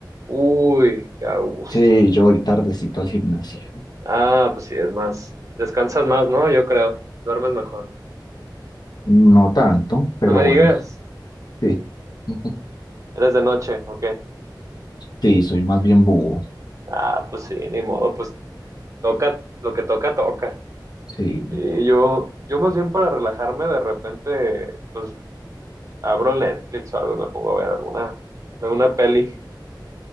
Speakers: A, on the right; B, on the left.
A: Uy, qué a gusto.
B: Sí, yo voy tardecito al gimnasio.
A: Ah, pues sí, es más, descansas más, ¿no? Yo creo, duermes mejor.
B: No tanto, pero
A: No me
B: bueno,
A: digas,
B: sí. <laughs>
A: eres de noche, ¿ok?
B: Sí, soy más bien búho.
A: Ah, pues sí, ni modo, pues toca, lo que toca, toca.
B: Sí.
A: Y yo, yo más bien para relajarme, de repente, pues abro Netflix o algo, y me pongo a ver alguna, alguna peli.